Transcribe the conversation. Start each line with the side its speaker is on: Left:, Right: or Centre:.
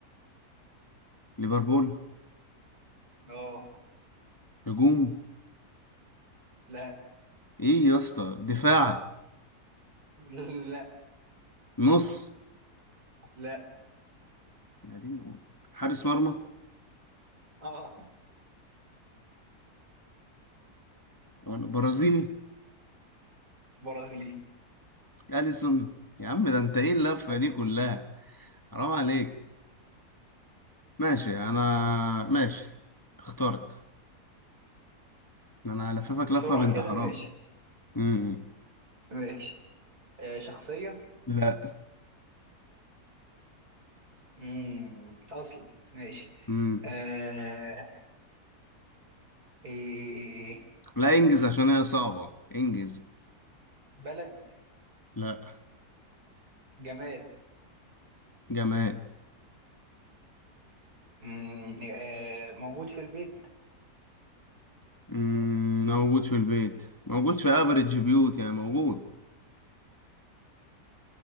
Left: ليفربول
Right: اه
Left: هجوم
Right: لا
Left: ايه يا اسطى دفاع
Right: لا
Left: نص
Right: لا
Left: قاعدين نقول. حارس مرمى
Right: اه
Left: ولا برازيلي
Right: برازيلي
Left: اليسون يا عم ده انت ايه اللفة
Right: ألف
Left: دي كلها حرام عليك ماشي انا ماشي اخترت انا هلففك
Right: بسرعة
Left: لفة بنت
Right: كده
Left: حرام
Right: ماشي
Left: امم
Right: ماشي آه شخصية
Left: لا
Right: مم. أصلا ماشي
Left: امم
Right: آه إيه إيه إيه إيه. إيه.
Left: لا انجز عشان هي صعبة انجز
Right: بلد
Left: لا
Right: جماد
Left: جماد
Right: مم، آه، موجود في البيت
Left: امم موجود في البيت موجود في افريج بيوت يعني موجود